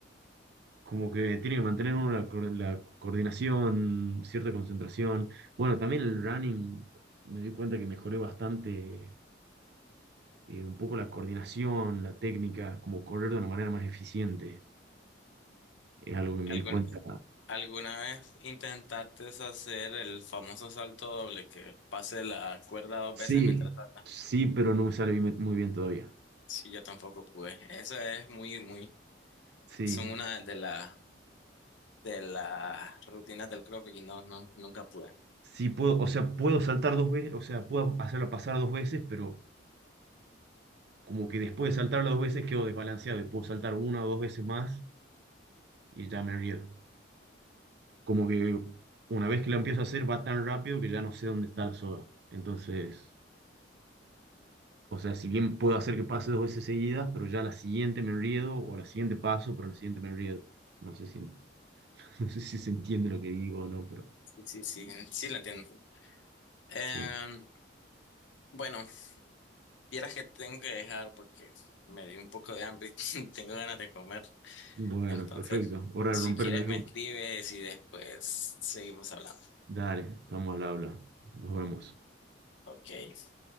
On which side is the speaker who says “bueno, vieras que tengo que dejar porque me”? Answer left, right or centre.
Left